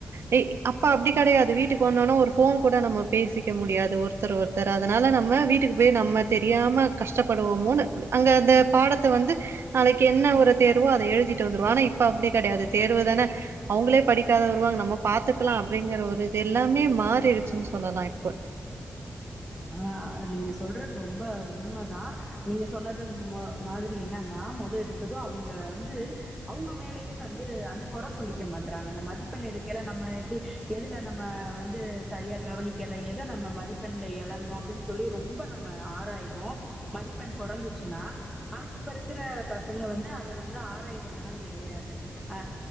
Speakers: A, on the right (about 70°); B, in the centre.
A: வி அப்ப அப்படி கெடையாது வீட்டுக்கு வந்தோனா ஒரு ஃபோன் கூட நம்ம பேசிக்க முடியாது ஒருத்தர் ஒருத்தர் அதனால நம்ம வீட்டுக்கு போய் நம்ம தெரியாம கஷ்டப்படுவோமோ அங்க அந்த பாடத்தை வந்து நாளைக்கு என்ன ஒரு தேர்வோ அதை எழுதிட்டு வந்துருவோம் ஆனா இப்ப அப்படி கிடையாது தேர்வு தானே அவங்களே படிக்காத வருவாங்க நம்ம பாத்துக்கலா அப்படிங்கிற ஒரு இது எல்லாமே மாறிடிச்சின்னு சொல்லலா இப்போ
B: ஆஹ் நீங்க சொல்றது ரொம்ப உண்மைதான் நீங்க சொன்னது மாதிரி என்னன்னா முதல் எடுத்ததும் அவங்க வந்து அவங்க மேலயே வந்து அந்த குற சொல்லிக்க மாட்டறாங்க அந்த மதிப்பெண் எடுக்கல நம்ம எப்படி எதுல நம்ம வந்து சரியா கவனிக்கல எதை நம்ம மதிப்பெண் இழந்தோ அப்படின்னு சொல்லி ரொம்ப நம்ம ஆராய்வோம் மதிப்பெண் குறஞ்சிச்சின்னா ஆனா இப்ப இருக்கிற பசங்க வந்து அத வந்து ஆராயறதெல்லா கிடையாது ஹ